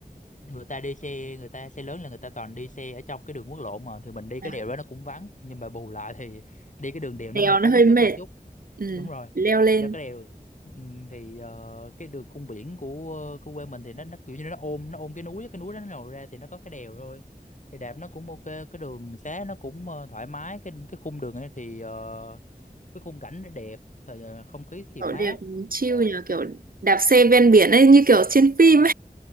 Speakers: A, on the left; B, on the right.
A: người ta đi xe người ta xe lớn là người ta toàn đi xe ở trong cái đường quốc lộ mà thì mình đi
B: À,
A: cái đèo đó nó cũng vắng nhưng mà bù lại thì đi cái đường đèo nó
B: đèo
A: hơi tốn
B: nó hơi
A: sức
B: mệt
A: một chút
B: Ừm,
A: đúng rồi
B: leo lên
A: do cái đèo ừm, thì ờ, cái đường cung biển của của quê mình thì nó nó kiểu như nó ôm nó ôm cái núi á, cái núi đó nó lồi ra thì nó có cái đèo thôi thì đạp nó cũng ok cái đường xá nó cũng ờ, thoải mái cái cái khung đường ấy thì ờ, cái khung cảnh nó đẹp thời ờ, không khí thì
B: kiểu
A: mát
B: đẹp chill
A: đẹp
B: nhờ kiểu đạp xe ven biển ấy như kiểu trên phim